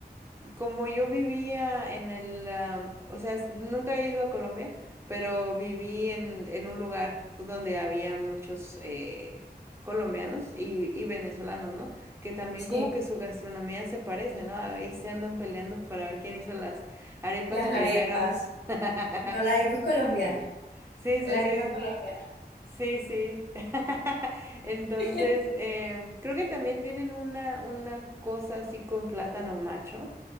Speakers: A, on the right; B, on the left.
A: Como yo vivía en el, am, o sea, s- nunca he ido a Colombia, pero viví en, en un lugar donde había muchos eh, colombianos y, y venezolanos, ¿no? Que también
B: Sí.
A: como que su gastronomía se parece, ¿no? Ahí se andan peleando para ver quién hizo las arepas
B: Las
A: primero.
B: arepas.
A: <laughs>
B: No, la arepa es colombiana.
A: Sí, sí,
B: La arepa
A: sí.
B: es colombiana.
A: Sí, sí. <laughs> Entonces,
B: <laughs>
A: em, creo que también tienen una, una cosa así con plátano macho